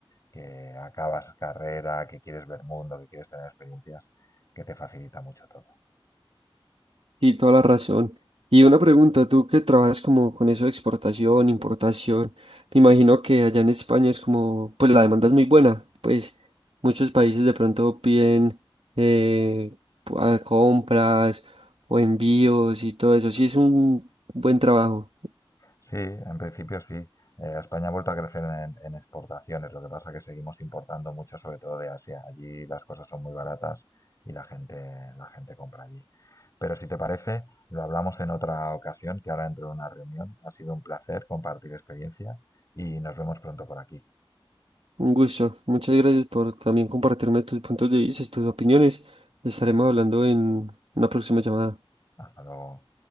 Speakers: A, on the left; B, on the right.
A: que acabas carrera, que quieres ver mundo, que quieres tener experiencias, que te facilita mucho todo.
B: Y toda la razón. Y una pregunta, tú que trabajas como con eso de exportación, importación, me imagino que allá en España es como, pues la demanda es muy buena, pues muchos países de pronto piden eh, pu- a compras o envíos y todo eso. Sí, es un buen trabajo,
A: Sí, en principio sí. Eh, España ha vuelto a crecer en, en exportaciones, lo que pasa que seguimos importando mucho, sobre todo de Asia. Allí las cosas son muy baratas y la gente, la gente compra allí. Pero si te parece, lo hablamos en otra ocasión, que ahora entro en una reunión. Ha sido un placer compartir experiencias y nos vemos pronto por aquí.
B: un gusto. Muchas gracias por también compartirme tus puntos de vista, tus opiniones. Estaremos hablando en una próxima llamada.
A: Hasta luego.